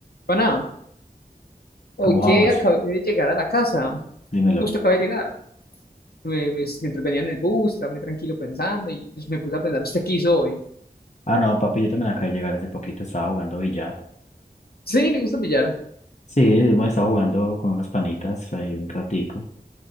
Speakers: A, on the left; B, on the left.
A: Para hoy
B: ¿Cómo
A: que
B: vamos?
A: acabé de llegar a la casa,
B: Dímelo.
A: justo acabé de llegar. Me, me- pues, me entretenía en el bus, estaba muy tranquilo pensando y pues, me puse a pensar, ¿usted qué hizo hoy?
B: Ah, no, papi, yo también acabo de llegar hace poquito, estaba jugando billar.
A: Sí, le gusta el billar.
B: Sí, hemos estado jugando con unos panitas ahí un ratico.